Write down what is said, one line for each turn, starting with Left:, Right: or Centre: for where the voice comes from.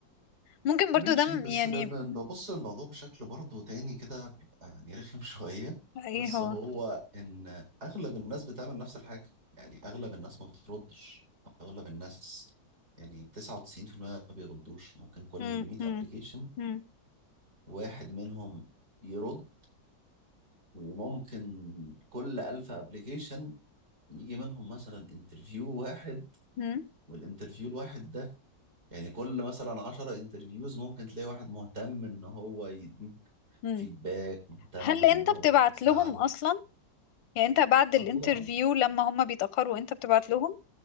Left: ممكن برضو
Right: ماشي
Left: ده م-
Right: بس
Left: يعني
Right: ب- ب- ببص للموضوع بشكل برضه تاني كده بيبقى يعني رخم <laughs> شوية
Left: ايه
Right: بس
Left: هو
Right: هو إن أغلب الناس بتعمل نفس الحاجة يعني أغلب الناس ما بتردش أغلب الناس يعني 99% ما بيردوش ممكن كل
Left: مم.
Right: 100
Left: مم.
Right: أبليكيشن
Left: مم.
Right: واحد منهم يرد وممكن كل 1000 أبليكيشن يجي منهم مثلا انترفيو واحد
Left: مم.
Right: والانترفيو الواحد ده يعني كل مثلا 10 انترفيوز ممكن تلاقي واحد مهتم ان هو يديك
Left: مم.
Right: فيدباك مهتم
Left: هل
Right: ان
Left: انت
Right: هو
Left: بتبعت
Right: يساعدك
Left: لهم اصلا يعني انت بعد الانترفيو
Right: اه طبعا
Left: لما هم بيتأخروا انت بتبعت لهم